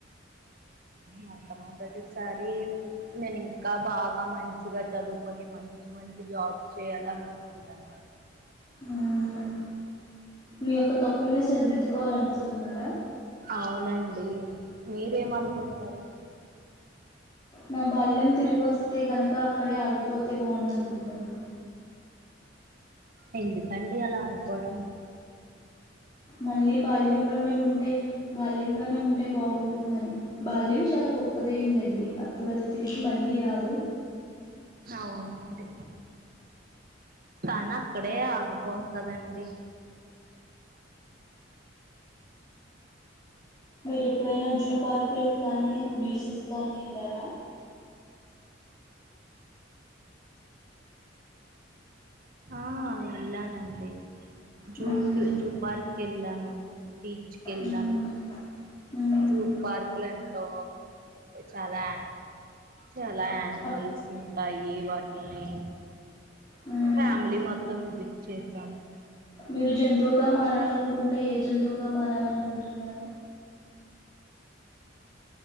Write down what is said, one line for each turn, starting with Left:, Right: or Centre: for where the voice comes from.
Right: మొత్తము ఓకేటెసారి నేను ఇంకా బాగా మంచిగా చదువుకొని మంచి మంచి జాబ్స్ చేయాలని అనుకుంటాను.
Left: మ్మ్ మీ యొక్క తప్పుల్ని సరిదిద్దుకోవాలనుకుంటున్నారా
Right: అవునండి మీరేమనుకుంటారు.
Left: నా బాల్యం తిరిగి వస్తే గనక అక్కడే ఆగిపోతే బాగుంది అనుకుంటాను.
Right: ఎందుకండి అలా అనుకోవడం.
Left: మళ్ళీ బాల్యంలోనే ఉం అంటే బాల్యంలోనే ఉంటే బాగుంటుందని బాల్యం చాలా గొప్పదైందండి. అప్పుడు అది తిరిగి మళ్ళీ రాదు.
Right: అవునండి. కానీ అక్కడే ఆగిపోం కదండి.
Left: మీరు ఇప్పుడైనా జూ పార్క్ కానీ బీచెస్ కానీ వెళ్ళారా
Right: ఆ వెళ్ళానండి. జూ
Left: హ్మ్.
Right: కి జూ పార్క్ కెళ్ళాను, బీచ్ కి వెళ్ళాను.
Left: హ్మ్. హ్మ్.
Right: జూ పార్క్లు ఎంతో చాలా చాలా యానిమల్స్
Left: అప్
Right: ఉంటాయి. వాటిని
Left: హ్మ్.
Right: ఫ్యామిలీ మొత్తం విజిట్ చేసాము.
Left: మీరు జంతువుగా మారాలనుకుంటే ఏ జంతువుగా మారాలనుకుంటున్నారు.